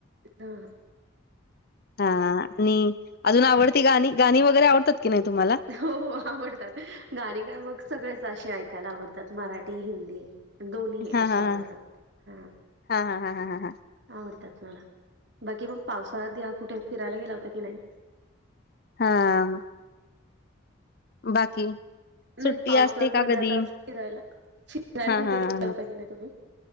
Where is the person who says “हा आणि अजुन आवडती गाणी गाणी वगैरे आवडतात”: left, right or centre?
Left